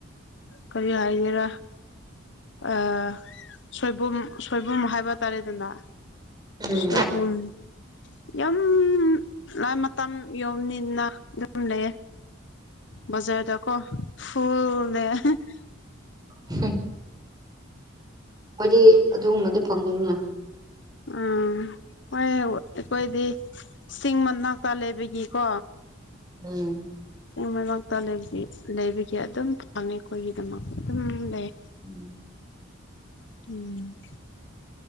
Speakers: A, on the left; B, on the right.
A: ꯀꯔꯤ ꯍꯥꯏꯒꯦꯔꯥ ꯑꯥ ꯁꯣꯏꯕꯨꯝ ꯁꯣꯏꯕꯨꯝ ꯍꯥꯏꯕ ꯇꯥꯔꯦꯗꯅ
B: ꯎꯝ
A: ꯁꯣꯏꯕꯨꯝ ꯌꯥꯝ ꯂꯥꯟ ꯃꯇꯝ ꯌꯧꯕꯅꯤꯅ ꯑꯗꯨꯝ ꯂꯩꯌꯦ ꯕꯥꯖꯥꯔꯗꯀꯣ ꯐꯨꯜ ꯅꯦ <unintelligible>
B: ꯍꯨꯝ ꯈꯣꯏꯗꯤ ꯑꯗꯨꯒꯨꯝꯕꯗꯣ ꯐꯪꯗꯝꯅꯤꯅ
A: ꯎꯝ ꯍꯣꯏꯌꯕ ꯑꯩꯈꯣꯏꯗꯤ ꯆꯤꯡ ꯃꯅꯥꯛꯇ ꯂꯩꯕꯒꯤꯀꯣ
B: ꯎꯝ
A: ꯆꯤꯡ ꯃꯅꯥꯛꯇ ꯂꯩꯕꯩ ꯂꯩꯕꯒꯤ ꯑꯗꯨꯝ ꯐꯪꯉꯦ ꯑꯩꯈꯣꯏꯒꯤꯗꯃꯛ ꯑꯗꯨꯝ ꯂꯩ
B: ꯎꯝ
A: ꯎꯝ